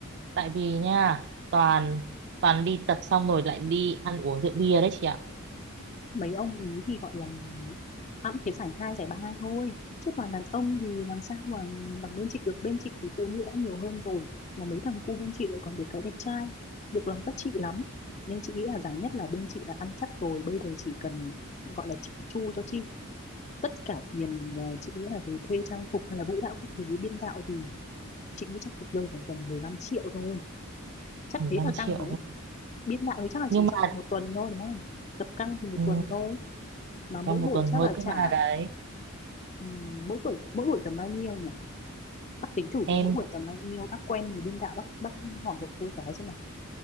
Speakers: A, on the right; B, on the left.
A: Tại vì nha, toàn toàn đi tập xong rồi lại đi ăn uống rượu bia đấy chị ạ,
B: mấy ông ý thì gọi là ăn cái giải hai giải ba thôi chứ còn đàn ông thì làm sao mà bằng bên chị được bên chị thì phụ nữ đã nhiều hơn rồi mà mấy thằng cu bên chị lại còn được cái đẹp trai được lòng các chị lắm nên chị nghĩ là giải nhất là bên chị đã ăn chắc rồi bây giờ chỉ cần gọi là chỉnh chu cho chị tất cả tiền ờ, chị nghĩ là về thuê trang phục hay là vũ đạo các thứ biên đạo thì chị nghĩ chắc được rơi vào tầm 15 triệu thôi chắc
A: 15
B: thế là
A: triệu
B: căng rồi đấy
A: thôi.
B: biên đạo thì chắc là
A: Nhưng
B: chỉ
A: mà
B: trong vòng một tuần thôi đúng không tập căng thì một
A: ừ,
B: tuần thôi mà mỗi
A: trong một
B: buổi
A: tuần
B: chắc
A: thôi
B: là
A: cơ
B: trả
A: mà đấy.
B: ừm, mỗi tuổi mỗi buổi tầm bao nhiêu nhỉ bác tính thử
A: Em
B: xem mỗi buổi tầm bao nhiêu bác quen người biên đạo bác bác hỏi hộ tôi cái xem nào